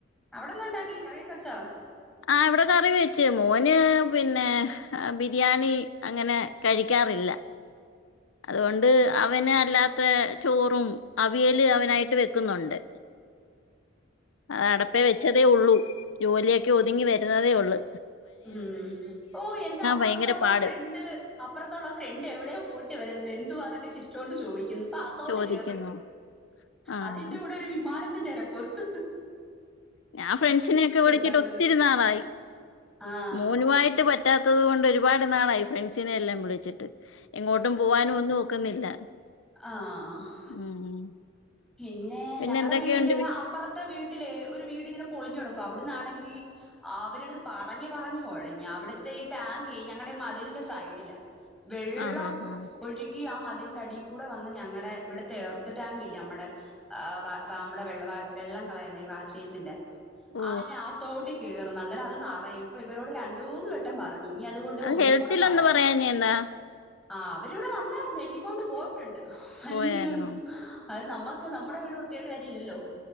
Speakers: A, in the centre; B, on the left (about 80°).
A: അവിടെന്ന ഉണ്ടാക്കി കറിയകെവെച്ചോ
B: ആ ഇവടെ കറി വെച്ച് മോന് പിന്നെ ആ ബിരിയാണി അങ്ങനെ കഴിക്കാറില്ല അതുകൊണ്ട് അവന് അല്ലാത്ത ചോറും അവിയല് അവനായിട്ട് വെക്കുന്നുണ്ട് അത് അടപ്പേ വെച്ചതേ ഉള്ളൂ ജോലിയൊക്കെ ഒതുങ്ങി വരുന്നതേ ഉള്ള്
A: ഉ. ഓ എന്റെ അപ്പുറത്തുള്ള
B: ഭയങ്കര പാട്
A: ഫ്രണ്ട് അപ്പുറത്തുള്ള ഫ്രണ്ട് എവിടെയോ പോയിട്ട് വരുന്ന ചരിചോണ്ട് ചോദിക്കുന്നു പ്പോ അഗത്തോട്ട്
B: ചോദിക്കുന്നു
A: കേറി,
B: ആഹ്
A: അതിന്റെ കൂടെ ഒരു വിമാന ത്തിന്റെരപ്പ് <unintelligible>
B: ഞാൻ ഫ്രണ്ട്സിനൊക്കെ വിളിച്ചിട്ട്
A: വരുന്നു അങ്ങന്ന്
B: ഒത്തിരിനാളായി
A: ആഹ്
B: മോനുമായിട്ട് പറ്റാത്തത് കൊണ്ട് ഒരു ഒരുപാട് നാളായി ഫ്രണ്ട്സിനെ എല്ലാം വിളിച്ചിട്ട് എങ്ങോട്ടും പോവാനും ഒന്നും ഒക്കുന്നില്ല
A: ആ ഹ്
B: ഉം
A: പിന്നെ
B: പിന്നെ
A: ഞങ്ങളടെ
B: എന്തൊക്കെയുണ്ട്
A: വീടിന്റെ
B: വി
A: അപ്പുറത്തെ വീട്ടില് ഒരു വീടിങ്ങനെ പൊളിഞ്ഞു കെടക്കു അവിടന്നാണെങ്കിൽ അവരടത് പറഞ്ഞ് പറഞ്ഞ് കുഴഞ് അവിടെ ഈ ടാങ്കക് ഞങ്ങളുടെ മതിലിന്റെ സൈഡില വെള്ളം
B: ആഹ് ആഹ് ആഹ്
A: ഒഴുകി ആ മ അതിന്റെ അടീകൂടെ വന്ന് ഞങ്ങടെ ഇവിടുത്തെ എർത്ത് ടാങ്കില്ലേ നമ്മുടെ നമ്മുടെ വെള്ള വെള്ളം കളയുന്ന ഈ വാശ്പേസിന്റെ
B: ഓ
A: ആ തോട്ടി കേറുന് അന്നേരം അത് നിറയും, ഇപ്പൊ ഇവരോട് രണ്ട് മൂന്ന് വെട്ടം പറ ഇനി അതുകൊണ്ട്
B: അത്
A: ഒന്നും
B: ഹെൽത്തിലൊന്ന്
A: കൂടെ പറയണം
B: പറയാഞ്ഞെന്താ
A: ആ അവരിവിടെ വന്നായിരുന്നു എഴുതിക്കൊണ്ട് പോയിട്ടുണ്ട് മലിനീകരണം
B: പോയായിരുന്നോ
A: അത് നമ്മക്ക് ക്ക് നമ്മുടെ വീട് വൃത്തിയിട്ട് കാര്യല്ലല്ലോ